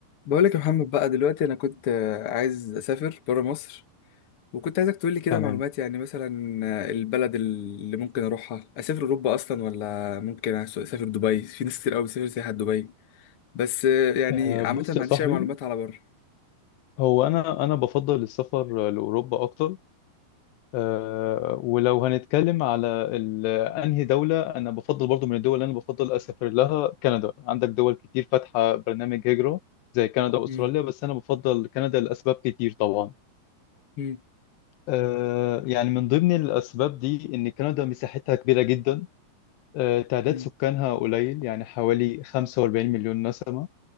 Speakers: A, on the left (about 50°); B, on the left (about 85°).
A: بقولك يا محمد بقى دلوقتي انا كنت آه، عايز اسافر برا مصر وكنت عايزك تقولي كده
B: تمام
A: معلومات يعني مثلا آه، البلد اللي ممكن اروحها اسافر اوروبا اصلا ولا ممكن أس- اسافر دبي في ناس كتير قوي بتسافر سياحة دبي بس آه، يعني
B: آه،
A: عامة
B: بص
A: ما
B: يا
A: عنديش
B: صاحبي
A: اي معلومات على بره
B: هو انا انا بفضل السفر لاوروبا اكتر آه، ولو هنتكلم على ال- انهي دوله انا بفضل برضو من الدول اللي انا بفضل اسافر لها كندا عندك دول كتير فاتحه برنامج هجره زي كندا واستراليا
A: مم،
B: بس انا بفضل كندا لاسباب كتير طبعا
A: مم،
B: آه، يعني من ضمن الاسباب دي ان كندا مساحتها كبيره جدا آه، تعداد
A: مم.
B: سكانها قليل يعني حوالي 45 مليون نسمه